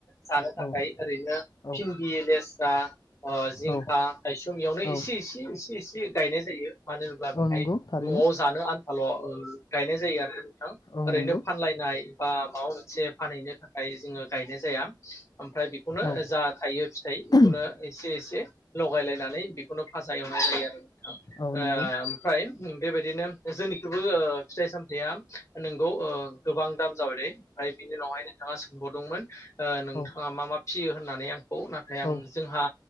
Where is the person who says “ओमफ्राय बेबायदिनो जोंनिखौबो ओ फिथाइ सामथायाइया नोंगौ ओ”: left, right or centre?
Left